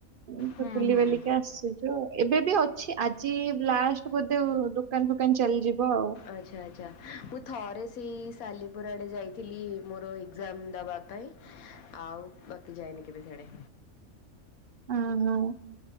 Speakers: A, on the right (about 60°); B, on the left (about 80°).
A: ଏମତି
B: ହୁଁ
A: ବୁଲି
B: ହୁଁ
A: ବାଲିକି ଆସୁଛୁ ଆଉ ଏବେ ବି ଅଛି ଆଜି ଲାଷ୍ଟ ବୋଧ ଧେ ଆଉ ଦୋକାନ ଫୋକାନ ଚାଲିଯିବ ଆଉ।
B: ଆଚ୍ଛା ଆଚ୍ଛା ମୁଁ ଥରେ ସେଇ ସାଲିପୁର ଆଡେ ଯାଇଥିଲି ମୋର ଏକ୍ଜାମ ଦବା ପାଇଁ ଆଉ ବାକି ଯାଇନି କେବେ ସିଆଡେ।
A: ଅ ହଁ।